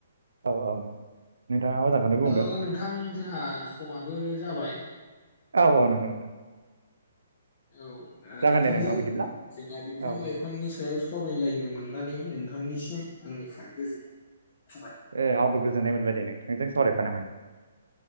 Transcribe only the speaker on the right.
औ औ नंगौ नोंथाङा मोजांखौनो बुंदों
औ औ नंगौ नोंथां
जागोन
दे नोंथां बिदिब्ला
औ
ए आंबो गोजोन्नाय मोनबाय दे नोंथांजों सावरायफानो <unintelligible>